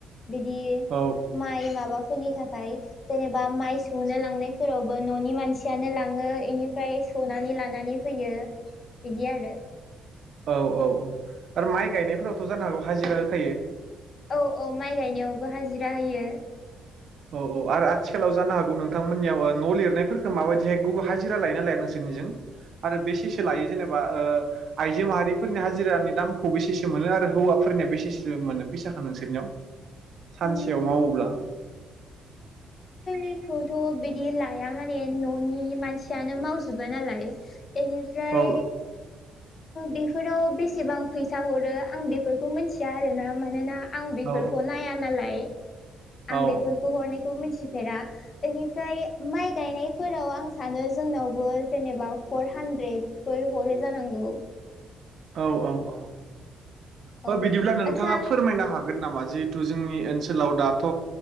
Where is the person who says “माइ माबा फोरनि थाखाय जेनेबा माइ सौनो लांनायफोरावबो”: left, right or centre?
Left